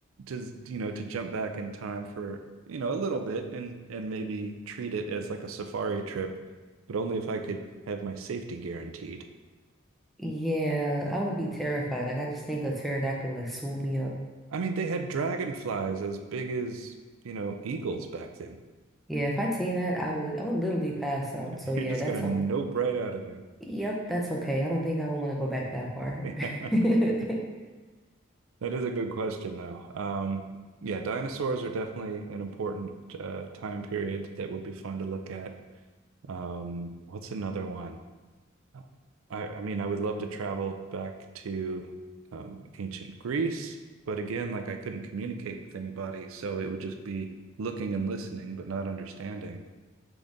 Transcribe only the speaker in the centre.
Yeah, I would be terrified. Like I just think a pterodactyl like swoop me up.
Yeah, if I'd seen that, I would I would literally pass
out. So yeah,
that's
okay.
Yep, that's okay. I don't think I would want to go back that far.
<laughs>